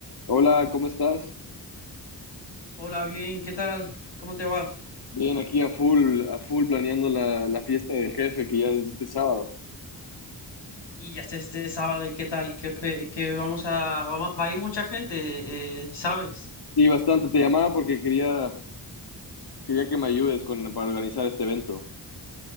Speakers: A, on the left (about 60°); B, on the left (about 85°).
A: Hola, ¿cómo estás?
B: Hola, bien, ¿qué tal? ¿Cómo te va?
A: Bien, aquí a full, a full planeando la, la fiesta del jefe que ya es este sábado.
B: Y ya está este sábado, ¿y qué tal? Que, que- que vamos a, vamos- va a ir mucha gente, eh, ¿sabes?
A: Sí, bastante. Te llamaba porque quería, quería que me ayudes con, para organizar este evento.